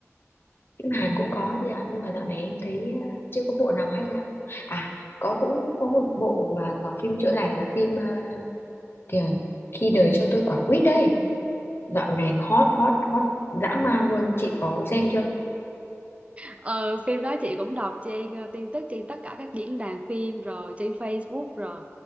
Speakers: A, on the left; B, on the right.
A: phim Hàn cũng có chị ạ nhưng mà dạo này em thấy à, chưa có bộ nào hay lắm à có cũng có một bộ mà nó phim chữa lành là phim à, kiểu khi đời cho tôi quả quýt đấy Dạo này hot hot hot dã man luôn chị có xem chưa?
B: ờ phim đó chị cũng đọc trên à, tin tức trên tất cả các diễn đàn phim rồi trên Facebook rồi